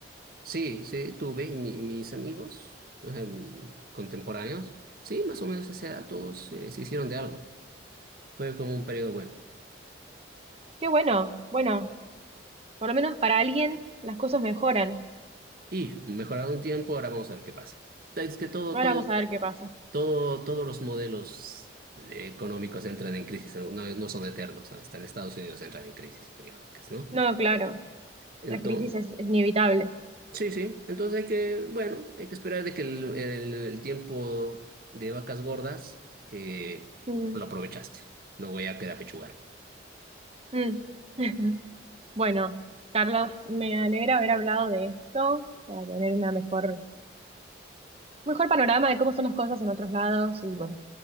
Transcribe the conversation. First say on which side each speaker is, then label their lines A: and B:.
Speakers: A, on the right; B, on the right.
A: Sí, sí, tuve y mi- mis amigos eh, contemporáneos. Sí, más o menos a esa edad todos eh, se hicieron de algo. Fue como un periodo bueno.
B: Qué bueno. Bueno, por lo menos para alguien las cosas mejoran.
A: Y mejoraron un tiempo, ahora vamos a ver qué pasa. Es que todo,
B: Ahora
A: todo,
B: vamos a ver qué pasa.
A: todo, todos los modelos eh, económicos entran en crisis, no, no son eternos, ¿no? Hasta en Estados Unidos entran en crisis periódicas, ¿no?
B: No, claro,
A: Entonces,
B: la crisis es, es inevitable.
A: sí, sí, entonces hay que, bueno, hay que esperar de que el, el- el tiempo de vacas gordas eh,
B: Mm,
A: lo aprovechaste, luego ya queda pechugar.
B: mm. <laughs> Bueno, Carlos, me alegra haber hablado de esto para tener una mejor, mejor panorama de cómo son las cosas en otros lados y bueno,